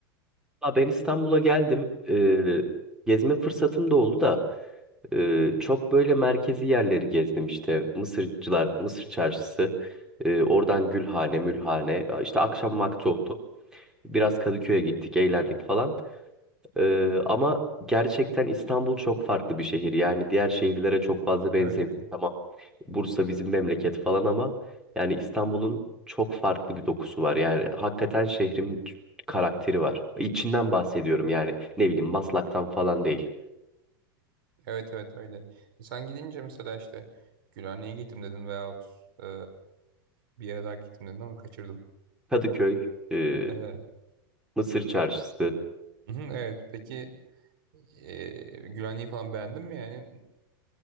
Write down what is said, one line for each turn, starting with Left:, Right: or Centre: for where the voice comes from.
Centre: Ya Ben İstanbul'a geldim. Ee, gezme fırsatım da oldu da ee, çok böyle merkezi yerleri gezdim işte. Mısırcılar, Mısır Çarşısı, ee, oradan Gülhane, Mülhane. İşte akşam vakti
Right: Hı hı.
Centre: oldu. Biraz Kadıköy'e gittik, eğlendik falan. Ee, ama gerçekten İstanbul çok farklı bir şehir. Yani diğer şehirlere çok fazla benzemiyor.
Right: Evet öyle.
Centre: Tamam. Bursa bizim memleket falan ama yani İstanbul'un çok farklı bir dokusu var. Yani hakikaten şehrin karakteri var. İçinden bahsediyorum yani ne bileyim Maslak'tan falan değil.
Right: Evet evet öyle. E, Sen gidince mesela işte Gülhane'ye gittim dedin veyahut e, bir yere daha gittim dedin ama kaçırdım.
Centre: Kadıköy, e,
Right: E,
Centre: Mısır Çarşısı,
Right: Hı hı, Evet. Peki e, Gülhaneyi falan beğendin mi yani?